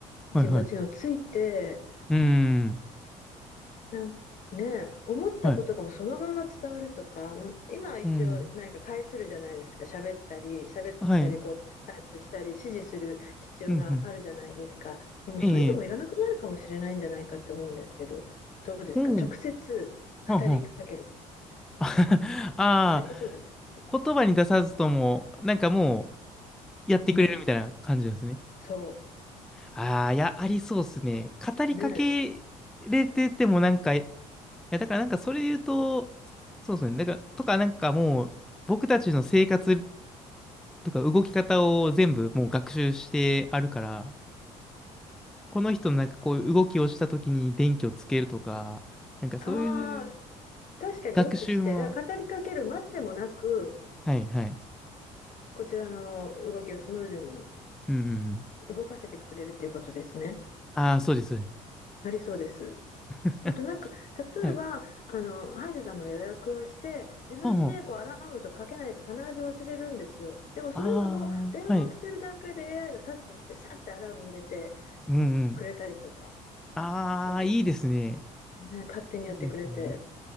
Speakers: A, in the centre; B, on the left.
A: はいはい。
B: 人工知能ついて、
A: うーん。
B: なんね、思ったことがもうそのまま伝わるとか、
A: はい。
B: まあ今一応何か介するじゃないですか、
A: うん。
B: 喋ったり、喋ったりこうタイプしたり、
A: はい。
B: 指示する必要があるじゃないですか。
A: うんうん。
B: でもそういうのもいらなくなるかもしれないんじゃないかって思うんですけど、
A: ええ。
B: どうですか、
A: おお。
B: 直接語りかける、
A: はんはん <laughs> ああ、
B: ありえそうじゃないですか。
A: 言葉に出さずとも、なんかもうやってくれるみたいな感じなんですね。
B: うん、そ
A: ああ、いや、ありそうですね。語りかけれててもなんか、
B: う、ねえ、
A: いや、だからなんかそれで言うと、そうですね。なんか、とかなんかもう、僕たちの生活とか動き方を全部もう学習してあるから、この人のなんかこういう動きをした時に電気をつけるとか、なんかそういう
B: ああ、確かに予知して、
A: 学習も、
B: だから語りかけるまでもなく、
A: はいはい。
B: こちらの動きをスムーズに
A: うんうんうん。
B: 動かせてくれるっていうことですね。
A: ああ、そうです、そうで
B: ありそうです。
A: す。<laughs>
B: あとなんか、例えば、
A: はい。
B: あの、歯医者さんの予約をして、自分でこうアラームとかけないと必ず忘れるんですよ。
A: ああ
B: でもそういうのも、
A: ああ、
B: 電話をしてる段階で
A: はい。
B: AI が察知して、さってアラーム入れて
A: うんうん。
B: くれたりとか、
A: ああ、
B: どうですか
A: いいですね。
B: ね、勝手にやってくれて。
A: いいですね。